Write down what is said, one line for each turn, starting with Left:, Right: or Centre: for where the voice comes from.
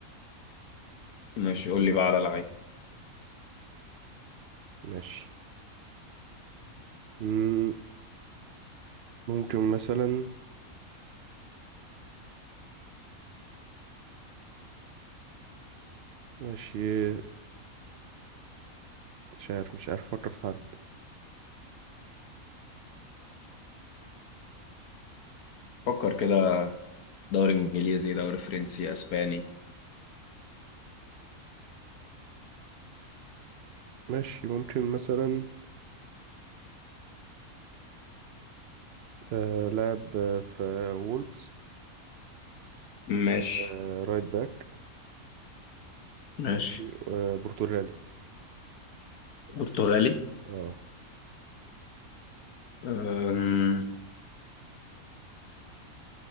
Left: ماشي قول لي بقى على لعيب
Right: ماشي مم... ممكن مثلا ماشي مش عارف مش عارف أفكر في حد
Left: فكر كده دوري إنجليزي دوري فرنسي أسباني
Right: ماشي ممكن مثلا آه... لاعب آه، في وولفز
Left: ماشي
Right: آه... رايت باك
Left: ماشي
Right: ماشي آه... برتغالي
Left: برتغالي
Right: اه
Left: أم...